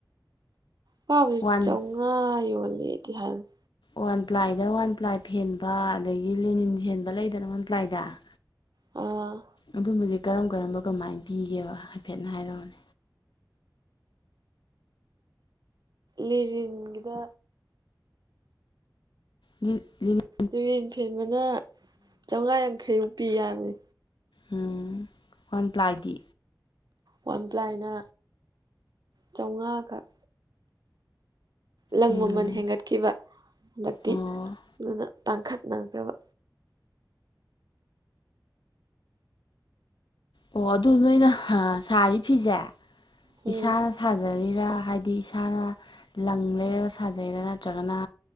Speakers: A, on the right (about 60°); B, on the left (about 80°).
A: ꯑꯄꯥꯕꯁꯤ
B: ꯋꯥꯟ
A: ꯆꯥꯝꯃꯉꯥ ꯌꯣꯜꯂꯦꯗꯤ ꯍꯥꯏꯕꯅꯦ
B: ꯋꯥꯟ ꯄ꯭ꯂꯥꯏꯗ ꯋꯥꯟ ꯄ꯭ꯂꯥꯏ ꯐꯦꯟꯕ ꯑꯗꯒꯤ ꯂꯦꯅꯤꯟ ꯐꯦꯟꯕ ꯂꯩꯗꯅ ꯋꯥꯟ ꯄ꯭ꯂꯥꯏꯗ ꯫
A: ꯑꯣ
B: ꯑꯗꯨꯝꯕꯁꯦ ꯀꯔꯝ ꯀꯔꯝꯕ ꯀꯃꯥꯏꯅ ꯄꯤꯒꯦꯕ ꯍꯥꯏꯐꯦꯠꯅ ꯍꯥꯏꯔꯛꯑꯣꯅꯦ
A: ꯂꯤꯅꯤꯟꯒꯤꯗ
B: ꯂꯤ <unintelligible>
A: ꯂꯦꯅꯤꯟ ꯐꯦꯟꯕꯅ ꯆꯥꯝꯃꯉꯥ ꯌꯥꯡꯈꯩꯃꯨꯛ ꯍꯥꯏꯕꯅꯦ
B: ꯎꯝ ꯋꯥꯟ ꯄꯂꯥꯏ ꯗꯤ
A: ꯋꯥꯟ ꯄ꯭ꯂꯥꯏꯅ ꯆꯥꯝꯃꯉꯥꯈꯛ ꯂꯪ
B: ꯎꯝ
A: ꯃꯃꯜ ꯍꯦꯟꯒꯠꯈꯤꯕ ꯍꯟꯗꯛꯇꯤ
B: ꯑꯣ
A: ꯑꯗꯨꯅ ꯇꯥꯡꯈꯠꯅꯈ꯭ꯔꯕ
B: ꯑꯣ ꯑꯗꯨ ꯅꯣꯏꯅ ꯁꯥꯔꯤ ꯐꯤꯁꯦ
A: ꯎꯝ
B: ꯏꯁꯥꯅ ꯁꯥꯖꯔꯤꯔꯥ ꯍꯥꯏꯗꯤ ꯏꯁꯥꯅ ꯂꯪ ꯂꯩꯔꯒ ꯁꯥ ꯁꯥꯖꯩꯔꯥ ꯅꯠꯇ꯭ꯔꯒꯅ